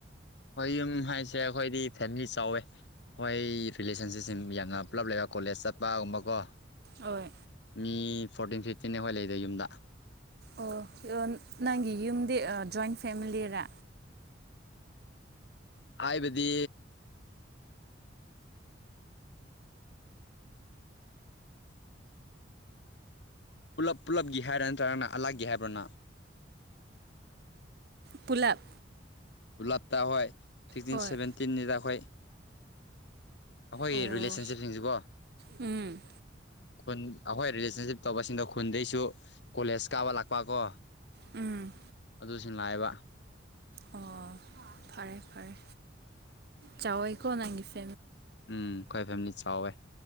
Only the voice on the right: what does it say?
ꯍꯣꯏ
ꯑꯣ ꯅꯪꯒꯤ ꯌꯨꯝꯗꯤ ꯖꯣꯏꯟ ꯐꯦꯃꯤꯂꯤꯔꯥ
ꯄꯨꯂꯞ
ꯍꯣꯏ
ꯑꯣ
ꯎꯝ
ꯎꯝ
ꯑꯣ ꯐꯔꯦ ꯐꯔꯦ ꯆꯥꯎꯋꯦꯀꯣ ꯅꯪꯒꯤꯁꯤ